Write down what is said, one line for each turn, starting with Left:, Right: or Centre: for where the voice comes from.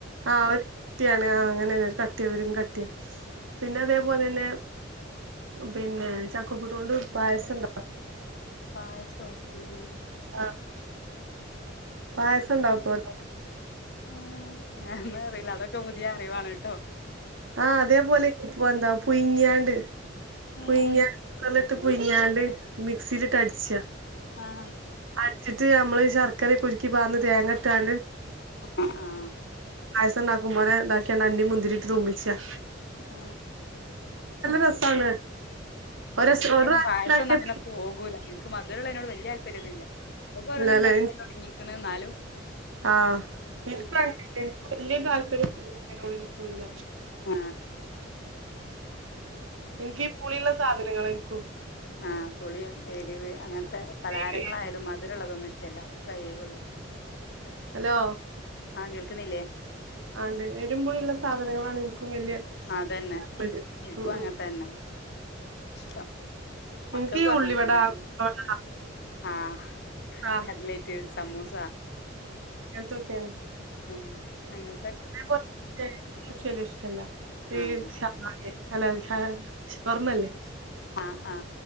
Right: ആ ഒരു കട്ടിയാണ് ആ അങ്ങനെന്ന കട്ടിയ അവരും കട്ടിയ പിന്നെ അതേപോലെ തന്നെ പിന്നെ ചക്കക്കുരു കൊണ്ട് പായസംണ്ട
Left: പായസോ എങ്ങനെ?
Right: ആ പായസ ഉണ്ടാക്കല
Left: ഏ ഞന്ന അറിയില്ല അതൊക്കെ പുതിയ അറിവാണ് കേട്ടോ.
Right: ആ അതേപോലെ ഇപ്പൊ എന്താ പൊയിങ്ങാണ്ട് പുയിങ്ങ
Left: ഏഹ്
Right: പുങ്ങാണ്ട് മിക്സിയിലിട്ട അടിച്ചാ,
Left: ആഹ്
Right: അടിച്ചിട്ട് നമ്മള് ശർക്കര ഉരുക്കി പർണണ്ട തേങ്ങ ഇട്ടാണ്ട്
Left: ആ ആ
Right: പായസംണ്ടാക്കും്പോന എന്താക്കിയാ അണ്ടി മുന്തിരിട്ട് തൂമിച്ച,
Left: ആ ന്നേ <unintelligible>
Right: രസാണ് ഒരു
Left: ഇങ്ങങ്ങനെ
Right: ഒരു പ്രാവശ്യം
Left: പായുസൊന്നും
Right: ഉണ്ടാക്കിയ
Left: അങ്ങനെ
Right: പിന്നെ
Left: പോകൂല. ക്ക്‌ മധുരുള്ള അയിനോട് വലിയ അല്പര്യം ഒന്നില്ല ഓരോന്ന്
Right: ഇല്ലല്ലേ
Left: ഇങ്ങനന്ന തുടങ്ങിക്കന്നാ ന്നാലും
Right: ആഹ് <unintelligible> വല്ല്യ താല്പര്യം ക്കുല്ല
Left: ആ
Right: എനിക്ക് ഈ പുളിയുള്ള സാധനങ്ങള് എനിക്കും
Left: ആഹ് പുളിയും എരിവ് അങ്ങനത്തെ പലഹാരങ്ങളായാലും
Right: ഈ
Left: മധുരമുള്ളതൊന്നും ഇഷ്ടല്ല കൈ വെള്ള
Right: ഹലോ
Left: ആഹ് കേൾക്കുന്നില്ലേ
Right: ആണ്ട് എരും പുളിയുള്ള സാധനങ്ങളാണ് വല്യ
Left: അതന്നെ
Right: താല്പര്യം
Left: എൻക്കും
Right: ഉം
Left: അങ്ങനെ
Right: ഉം
Left: തന്നെ ഇഷ്ടം മക്കൾക്കും
Right: എനിക്ക് ഈ
Left: അങ്ങനത്തെന്നെ
Right: ഉള്ളിവട വട
Left: ആഹ്
Right: ആഹ്
Left: കട്ട്ലൈറ്റ് സമൂസ
Right: ങ്ങത്തൊക്കെയാണ്
Left: ഉം അയാ
Right: <unintelligible> ഇഷ്ടല്ല ഈ
Left: ആഹ്
Right: <unintelligible> അല്ല ശാ ശവർമ്മല്ലേ
Left: ആഹ് ആ